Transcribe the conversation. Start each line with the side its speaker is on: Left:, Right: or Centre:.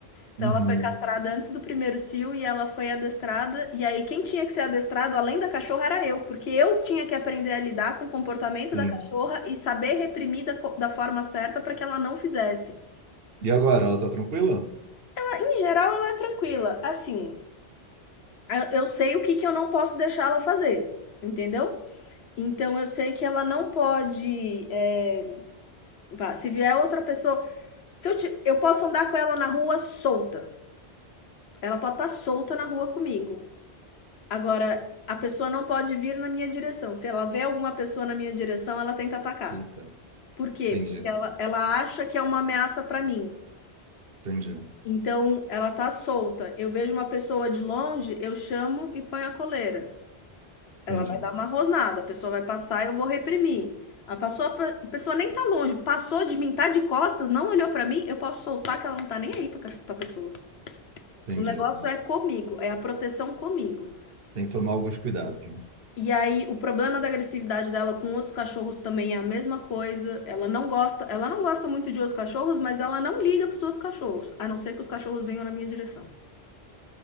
Left: Então
Right: Uhum.
Left: ela foi castrada antes do primeiro cio e ela foi adestrada. E aí quem tinha que ser adestrado além da cachorra era eu, porque eu tinha que aprender a lidar com o comportamento
Right: Sim.
Left: da cachorra e saber reprimir da, co- da forma certa para que ela não fizesse.
Right: E agora, ela tá tranquila?
Left: Ah, Em geral ela é tranquila, assim, eu- sei o que, que eu não posso deixar ela fazer, entendeu? Então eu sei que ela não pode, é, pá, se vier outra pessoa, se eu, ti- eu posso andar com ela na rua solta. Ela pode estar solta na rua comigo. Agora, a pessoa não pode vir na minha direção. Se ela vê alguma pessoa na minha direção, ela tenta atacar.
Right: Eita,
Left: Por quê?
Right: entendi,
Left: Porque ela, ela acha que é uma ameaça para mim.
Right: entendi,
Left: Então, ela tá solta. Eu vejo uma pessoa de longe, eu chamo e ponho a coleira. Ela
Right: entendi,
Left: vai dar uma rosnada, a pessoa vai passar, e eu vou reprimir. A pessoa, a pessoa nem tá longe, passou de mim, tá de costas, não olhou pra mim, eu posso soltar que ela não tá nem aí pra, cach- pra pessoa.
Right: entendi.
Left: O negócio é comigo, é a proteção comigo.
Right: Tem que tomar alguns cuidados.
Left: E aí, o problema da agressividade dela com outros cachorros também é a mesma coisa. Ela não gosta, ela não gosta muito de outros cachorros, mas ela não liga para os outros cachorros, a não ser que os cachorros venham na minha direção.